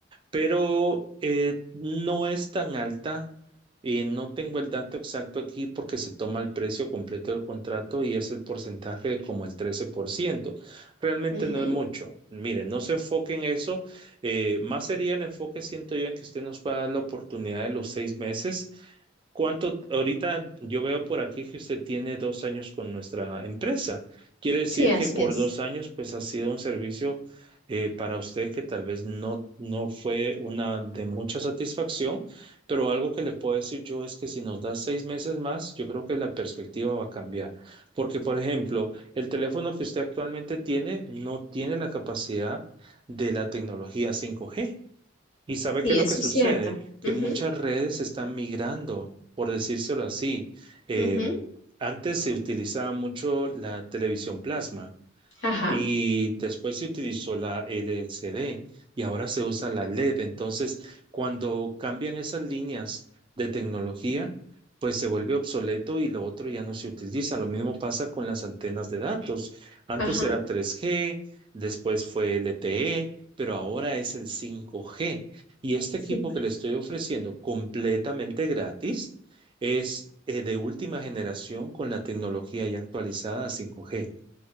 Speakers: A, on the right; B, on the left.
A: pero eh, no es tan alta. Y no tengo el dato exacto aquí porque se toma el precio completo del contrato y es el porcentaje de como el 13%. Realmente
B: Ujú.
A: no es mucho. Mire, no se enfoque en eso. eh, más sería el enfoque, siento yo, en que usted nos pueda dar la oportunidad de los seis meses ¿Cuánto ahorita yo veo por aquí que usted tiene dos años con nuestra empresa? Quiere decir
B: Sí, así
A: que por
B: es.
A: dos años, pues ha sido un servicio eh, para usted que tal vez no, no fue una de mucha satisfacción, pero algo que le puedo decir yo es que si nos da seis meses más, yo creo que la perspectiva va a cambiar. Porque, por ejemplo, el teléfono que usted actualmente tiene no tiene la capacidad de la tecnología 5G. ¿Y sabe
B: Sí,
A: qué es lo
B: eso
A: que sucede?
B: es cierto.
A: Que
B: Ujú,
A: muchas redes están migrando, por decírselo así. Eh,
B: ujú,
A: antes se utilizaba mucho la televisión plasma.
B: Ajá,
A: Y después se utilizó la LCD y ahora se usa la LED. Entonces, cuando cambian esas líneas de tecnología, pues se vuelve obsoleto y lo otro ya no se utiliza. Lo mismo pasa con las antenas de datos. Antes
B: ajá.
A: era 3G, después fue LTE, pero ahora es el 5G. Y este
B: Sí,
A: equipo
B: pues.
A: que le estoy ofreciendo completamente gratis es eh, de última generación con la tecnología ya actualizada a 5G.